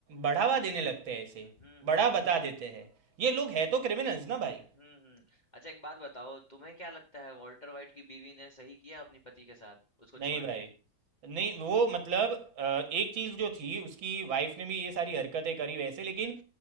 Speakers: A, on the right; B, on the left.
A: बढ़ावा देने लगते हैं ऐसे
B: हम्म हम्म
A: बड़ा
B: हम्म।
A: बता देते हैं ये लोग है
B: अच-
A: तो क्रिमिनल्स ना भाई
B: हम्म हम्म। अच्छा एक बात बताओ तुम्हें क्या लगता है वॉल्टर वाइट की बीवी ने सही किया अपनी पति के साथ उसको
A: नहीं
B: छोड़
A: भाई
B: के?
A: नहीं वो मतलब अ, एक चीज जो थी उसकी वाइफ ने भी ये सारी हरकतें करी वैसे लेकिन